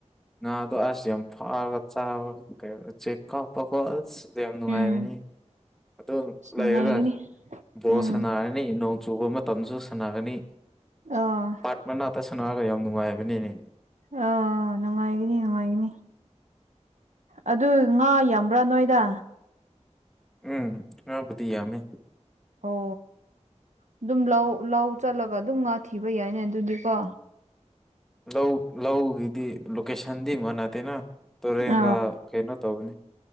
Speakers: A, in the centre; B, on the right.
A: ꯉꯗꯣ ꯑꯁ ꯌꯥꯝ ꯐꯥꯔꯒ ꯆꯥꯕꯒ ꯀꯩ ꯆꯦꯛ ꯀꯥꯞꯄꯒꯣꯠ ꯑꯁ ꯑꯗꯨ ꯌꯥꯝ ꯅꯨꯡꯉꯥꯏꯕꯅꯤ
B: ꯎꯝ
A: ꯑꯗꯨ
B: ꯑꯁ
A: ꯂꯩꯔꯒ
B: ꯅꯨꯡꯉꯥꯏꯒꯅꯤ
A: ꯕꯣꯔꯣ
B: ꯎꯝ
A: ꯁꯥꯟꯅꯔꯅꯤ ꯆꯨꯕ ꯃꯇꯝꯗꯁꯨ ꯁꯥꯟꯅꯒꯅꯤ
B: ꯑꯥ
A: ꯄꯥꯠ ꯃꯅꯥꯛꯇ ꯁꯥꯟꯅꯔꯒ ꯌꯥꯝ ꯅꯨꯡꯉꯥꯏꯕꯅꯤꯅꯦ
B: ꯑꯥ ꯅꯨꯡꯉꯥꯏꯒꯅꯤ ꯅꯨꯡꯉꯥꯏꯒꯅꯤ ꯑꯗꯨ ꯉꯥ ꯌꯥꯝꯕ꯭ꯔꯥ ꯅꯣꯏꯗ
A: ꯎꯝ ꯍꯥꯕꯨꯗꯤꯤꯃꯦ
B: ꯑꯣ ꯑꯗꯨꯝ ꯂ ꯂꯧ ꯆꯠꯂꯒ ꯑꯗꯨꯝ ꯉꯥ ꯊꯤꯕ ꯌꯥꯏꯅꯦ ꯑꯗꯨꯗꯤꯀꯣ
A: ꯂꯧ ꯂꯧꯒꯤꯗꯤ ꯂꯣꯀꯦꯁꯟꯗꯤ ꯃ ꯅꯗꯦꯅ ꯇꯨꯔꯦꯟꯒ
B: ꯑꯥ
A: ꯀꯩꯅꯣ ꯇꯧꯅꯤ